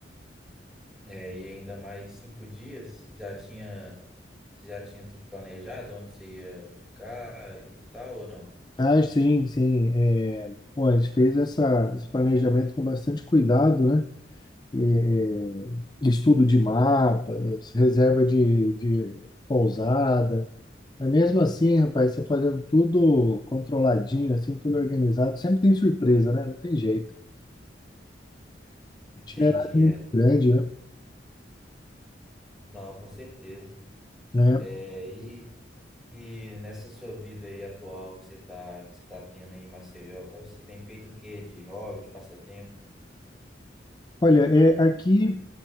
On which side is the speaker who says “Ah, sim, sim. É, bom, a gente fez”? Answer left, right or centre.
Left